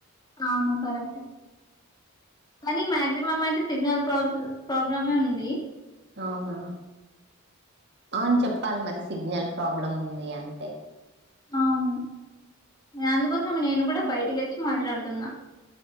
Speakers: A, on the left (about 20°); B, on the right (about 55°).
A: అవును కరెక్ట్ కానీ మాక్సిమం అయితే సిగ్నల్ ప్రాబ్ల ప్రాబ్లమే ఉంది
B: అవునా అవును చెప్పాలి మరి సిగ్నల్ ప్రాబ్లం ఉంది అంటే
A: అను అందుకోసం నేను కూడా బయటికి వచ్చి మాట్లాడుతున్నా